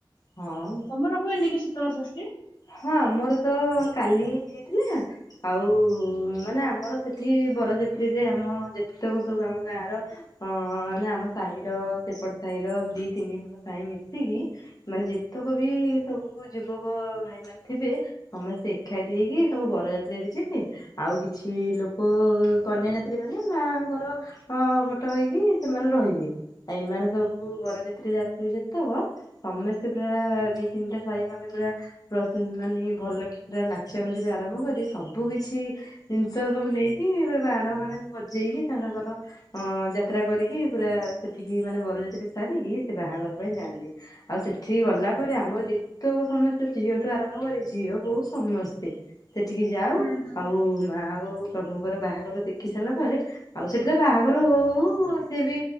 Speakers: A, on the left (about 50°); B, on the left (about 75°).
A: ହଁ।
B: ତମର ହୁଏନି କି ଶୀତଳଷଷ୍ଠୀ?
A: ହଁ ଆମର ତ କାଲି ହେଇଥିଲା ଆଉ ମାନେ ଆମର ସେଠି ବରଯାତ୍ରୀରେ ଆମ ଯେତେକ ସବୁ ଆମ ଗାଁର ଅଁ ମାନେ ଆମ ସାହିର ସେପଟ ସାହିର ଦି ତିନି ଖଣ୍ଡ ସାହି ମିଶିକି ମାନେ ଯେତକ ବି ସବୁ ଯୁବକ ଭାଇ ମାନେ ଥିବେ ସମସ୍ତେ ଏକାଠି ହେଇକି ସବୁ ବରଯାତ୍ରୀରେ ଯିବେ ଆଉ କିଛି ଲୋକ କନ୍ୟାଯାତ୍ରୀ ରହିବେ ମାଁ ଙ୍କର ହଁ ବଟ ହେଇକି ସେମାନେ ରହିବେ ଆଉ ଏମାନେ ସବୁ ବରଜାତିରେ ଆସିବେ ଯେତକ ସମସ୍ତେ ପୁରା ଦି ତିନିଟା ସାହି ଖଣ୍ଡେ ପୁରା ପ୍ରଶେ ମାନେ ଭଲକି ପୁରା ନାଚା ନୁଚି ରୁ ଆରମ୍ଭ କରି ସବୁ କିଛି ଜିନିଷ ସବୁ ନେଇକି ପୁରା ବାଣ ଫାଣ ଏମିତି ବଜେଇକି ତାଙ୍କର ଅଁ ଯାତ୍ରା କରିକି ପୁରା ସେଠିକି ମାନେ ବରଯାତ୍ରୀ ସାରିକି ସେ ବାହାଘର ପାଇଁ ଯାଆନ୍ତି। ଆଉ ସେଠିକି ଗଲା ପରେ ଆମର ଯେତକ ସମସ୍ତେ ଝିଅଠୁ ଆରମ୍ଭ କରି ଝିଅ ବୋହୁ ସମସ୍ତେ ସେଠିକି ଯାଉ
B: ହୁଁ ହୁଁ
A: ଆଉ ମ ଆଉ ପ୍ରଭୁଙ୍କର ବାହାଘର ଦେଖି ସାରିଲା ପରେ ଆଉ ସେଠାରେ ବାହାଘର ହଉ ହଉ ସେ ବି